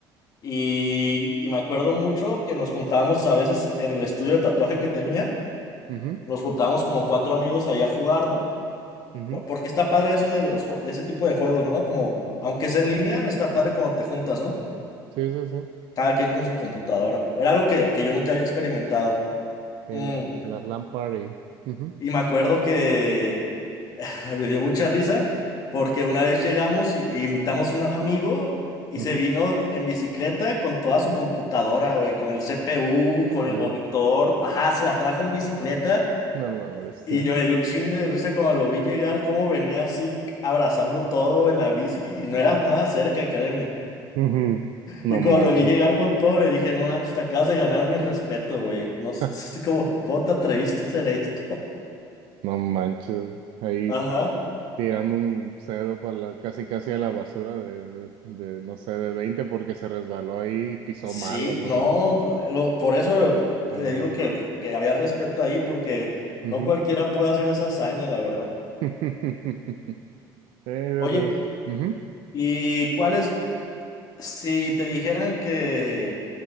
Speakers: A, on the left; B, on the right.
A: Y, y me acuerdo mucho que nos juntábamos a veces en el estudio de tatuaje que tenía,
B: ujú,
A: nos juntábamos como cuatro amigos allá a jugar, ¿no?
B: ujú.
A: Por- Porque está padre eso de los, jue- de ese tipo de juegos, ¿no? Como, aunque sea en línea, está padre cuando te juntas, ¿no?
B: Sí, sí, sí.
A: Cada quien con su computadora. Era algo que, que yo nunca había experimentado.
B: Y
A: Mm,
B: las, las lámparas y... ujú,
A: Y me acuerdo que <laughs> Me dio mucha risa porque una vez llegamos y, y invitamos a un amigo y
B: ujú.
A: se vino en bicicleta con toda su computadora, güey, con el CPU, con
B: A
A: el monitor.
B: la,
A: Ajá, se la trajo en bicicleta
B: a la bestia.
A: y yo
B: <laughs>
A: me dio un chingo de risa cuando lo vi llegar, cómo venía así abrazando todo en la bici y no era nada cerca, créeme.
B: Ujú. No
A: Y cuando
B: manches.
A: lo vi llegar con todo, le dije, no, manches, te acabas de ganar mi respeto, güey. No sé,
B: <laughs>
A: <laughs> como, ¿cómo te atreviste a hacer esto?
B: No manches. Ahí
A: <laughs> Ajá.
B: tirando un cedo para la, casi casi a la basura de, de, de, no sé, de 20 porque se resbaló ahí y pisó
A: Sí,
B: mal o no
A: no,
B: sé.
A: lo- por eso
B: Eh,
A: le digo que, que había respeto ahí, porque
B: ujú.
A: no cualquiera puede hacer esa hazaña, la verdad.
B: <laughs> Eh, fíjate.
A: Oye,
B: Ujú,
A: ¿y cuáles? si te dijeran que,